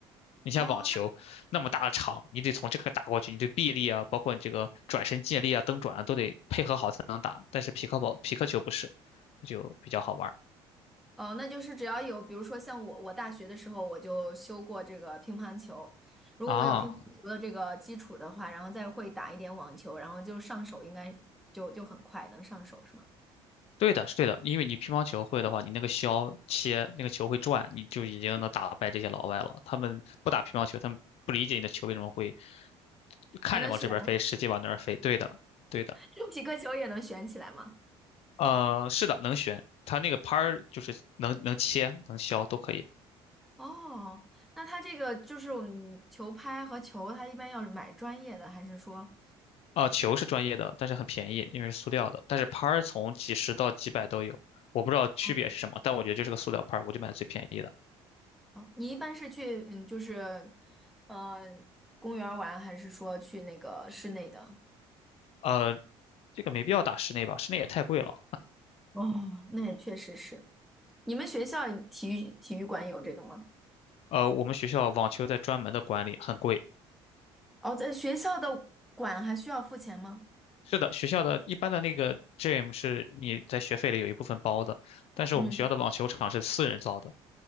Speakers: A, on the left; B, in the centre.
A: 你像网球那么大的场，
B: 哦，
A: 你得从这个打过去，你对臂力啊，包括你这个转身借力啊、蹬转啊，都得配合好才能打。但是匹克跑，匹克球不是，就比较好玩儿
B: 哦，那就是只要有，比如说像我，我大学的时候我就修过这个乒乓球，如果我有乒乓球的这个基础的话，
A: 啊。
B: 然后再会打一点网球，然后就上手应该就就很快能上手是吗？
A: 对的，是对的，因为你乒乓球会的话，你那个削切那个球会转，你就已经能打败这些老外了。他们不打乒乓球，他们不理解你的球为什么会。
B: <laughs>
A: 看着往这边飞，
B: 还能旋，
A: 实际往那儿飞。对的，对的，
B: <laughs> 几个球也能旋起来吗？
A: 呃，是的，能旋，它那个拍儿就是能能切、能削都可以。
B: 哦，那它这个就是我们球拍和球，它一般要买专业的，还是说，
A: 啊，球是专业的，但是很便宜，因为是塑料的。但是拍儿从几十到几百都有，我不知道区别是什么，
B: 哦
A: 但我觉得就是个塑料拍儿，我就买最便宜的。
B: 哦，你一般是去嗯，就是，呃，公园儿玩，还是说去那个室内的？
A: 呃，这个没必要打室内吧，室内也太贵了。
B: 哦，那也确实是。你们学校体育体育馆有这个吗？
A: 呃，我们学校网球在专门的管理，很贵。
B: 哦，在学校的馆还需要付钱吗？
A: 是的，学校的一般的那个 gym 是你在学费里有一部分包的，但是我们学校的网球场是私人造的，
B: 嗯，